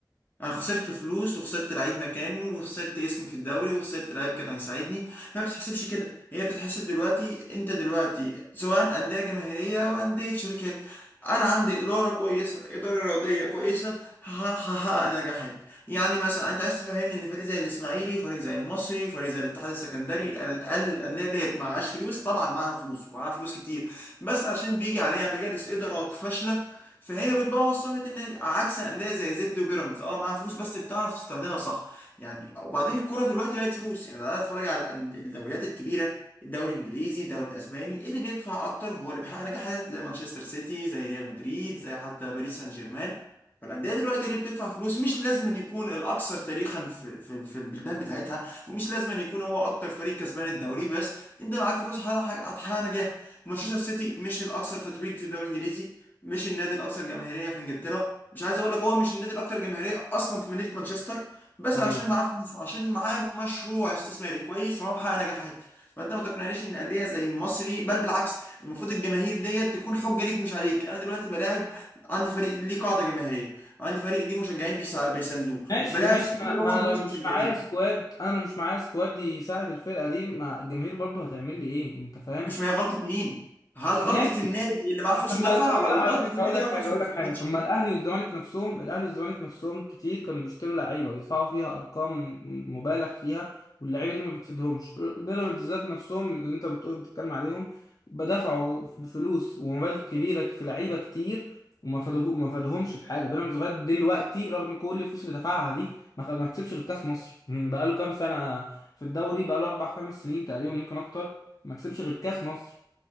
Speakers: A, on the left; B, on the left.
A: انا خسرت فلوس وخسرت لعيب مكانه وخسرت اسمي في الدوري وخسرت لعيب كان هيساعدني فما بتتحسبش كده هي بتتحسب دلوقتي انت دلوقتي سواء انديه جماهيريه او انديه شركات انا عندي اداره كويسه اداره رياضيه كويسه هح- هحقق نجاحات يعني مثلا انت عايز تفهمني ان فريق زي الاسماعيلي وفريق زي المصري وفريق زي الاتحاد السكندري على الاقل الانديه ديت معهاش فلوس طبعا معاها فلوس ومعاها فلوس كتير بس عشان بيجي عليها مجالس ادارات فاشله فهي بتبوظ سمعه النادي عكس انديه زي زد وبيراميدز اه معاها فلوس بس بتعرف تستخدمها صح يعني وبعدين الكوره دلوقتي بقت فلوس يعني انا اتفرج على الأن- الدوريات الكبيره الدوري الانجليزي الدوري الاسباني إيه اللي بيدفع اكتر هو اللي بيحقق نجاحات زي مانشستر سيتي زي ريال مدريد زي حتى باريس سان جيرمان فالانديه دلوقتي اللي بتدفع فلوس مش لازم أن يكون الاكثر تاريخا في في, في البلدان بتاعتها ومش لازم أن يكون هو اكتر فريق كسبان الدوري بس انت معاك فلوس هتحقق هتحقق نجاح مانشستر سيتي مش الاكثر تتويج في الدوري الانجليزي مش النادي الاكثر جماهيريه في انجلترا مش عايز اقول لك هو مش النادي الاكثر جماهيريه اصلا في مدينه مانشستر بس
B: ايوه
A: عشان معاه فلوس وعشان معاه مشروع استثماري كويس وهو محقق نجاحات فانت ما تقنعنيش ان انديه زي المصري بل بالعكس المفروض الجماهير ديت تكون حجه ليك مش عليك انا دلوقتي بلاعب عندي فريق ليه قاعده جماهيريه عندي فريق ليه مشجعين بيسا- بيساندوه
B: ماشي
A: بلاعب
B: ماشي
A: فريق
B: ما ما
A: هو
B: انا
A: ملوش
B: لو مش
A: مشجعين
B: معايا سكواد انا لو مش معايا سكواد يساعد الفرقه دي ما الجماهير برضو هتعمل لي ايه انت فاهم
A: مش ما هي غلطه مين هل غلطه
B: ماشي
A: النادي اللي معاه فلوس
B: طب ما
A: ودفع
B: طب ما
A: ولا
B: لا
A: غلطه
B: على فكره
A: النادي
B: اقول
A: اللي
B: لك
A: معاه
B: حاجه
A: فلوس
B: اقول
A: وما
B: لك
A: استفادش
B: حاجه طب ما الاهلي والزمالك نفسهم الاهلي والزمالك نفسهم كتير كانوا بيشتروا لعيبه ويدفعوا فيها ارقام م- مبالغ فيها واللعيبه دي ما بتفيدهمش بيراميدز ذات نفسهم اللي انت بتقول بتتكلم عليهم بدفعوا فلوس ومبالغ كبيره في لعيبه كتير وما فادوه ما فادهمش بحاجه بيراميدز لغايه دلوقتي رغم كل الفلوس اللي دفعها دي ما خ- ما كسبش غير كاس مصر م، بقاله كام سنه في الدوري بقاله اربع خمس سنين تقريبا يمكن اكتر ما كسبش غير كاس مصر